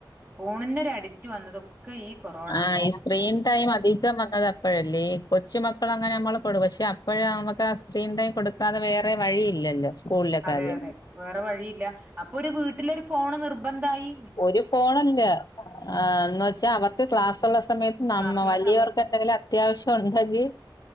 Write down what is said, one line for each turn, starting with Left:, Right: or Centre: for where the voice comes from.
Right: ഫോണിന്നൊരു അടിറ്റ് വന്നതൊ ക്ക് ഈ കൊറോ
Left: ആഹ് ഈ സ്ക്രീൻ ടൈം അധികം വന്നതാ അപ്പോഴല്ലേ കൊച്ചു മക്കൾ അങ്ങനെ നമ്മള് കൊടു പക്ഷെ അപ്പോഴ നമുക്ക് ആ സ്ക്രീൻ ടൈം കൊടുക്കാതെ വേറെ വഴിയില്ലല്ലോ സ്കൂളിലെ
Right: അതെ
Left: കാര്യങ്ങൾ
Right: അതെ വേറെ വഴിയില്ല അപ്പൊ ഒരു വീട്ടിലൊരു ഫോണ് നിർബന്തായി
Left: ഒരു ഫോണല്ല എന്ന് വെച്ചാ അവർക്ക് ക്ലാസ്ള്ള സമയത്ത് നമ്മ
Right: ക്ലാസ്സുള്ള
Left: വലിയവർക്ക്
Right: സമയത്ത്
Left: എന്തെങ്കിലും അത്യാവശ്യ ഉണ്ടെങ്കി